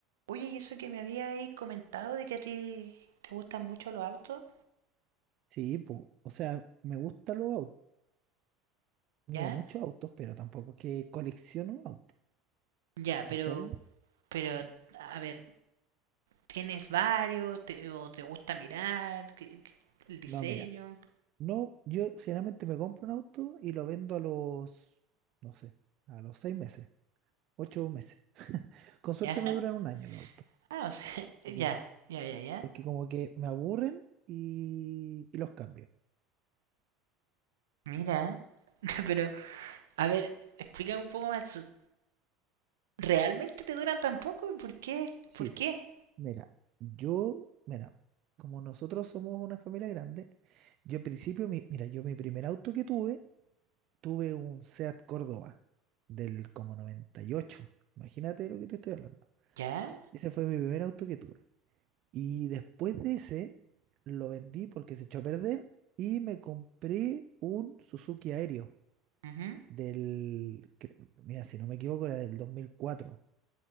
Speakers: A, on the right (about 70°); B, on the right (about 50°).
A: Oye, y eso que me había ahí comentado de que a ti te gustan mucho los autos,
B: Sí, po, o sea, me gustan los autos, he tenido
A: ¿ya?
B: muchos autos, pero tampoco es que colecciono autos,
A: Ya, pero,
B: ¿cachai?
A: pero, a ver, ¿tienes varios? ¿Te, o te gusta mirar? ¿Qué- qué- ¿El diseño?
B: No, mira, no, yo generalmente me compro un auto y lo vendo a los, no sé, a los seis meses, ocho meses. Con suerte
A: ¿Ya?
B: me
A: <laughs>
B: duran un año los autos,
A: Ah, o sea, <laughs> ya,
B: porque
A: ya, ya, ya.
B: porque como que me aburren y, y los cambio.
A: Mira, <laughs> pero, a ver, explícame un poco más. su- ¿Realmente te duran tan poco? ¿Por qué?
B: Sí,
A: ¿Por qué?
B: po, mira, yo, mira, como nosotros somos una familia grande, yo en principio, mi- mira, yo mi primer auto que tuve tuve un Seat Córdoba del como noventa y ocho Imagínate de lo que te estoy hablando.
A: ¿Ya?
B: Ese fue mi primer auto que tuve. Y después de ese, lo vendí porque se echó a perder y me compré un Suzuki Aéreo
A: Ujú,
B: del, cre- mira, si no me equivoco, era del 2004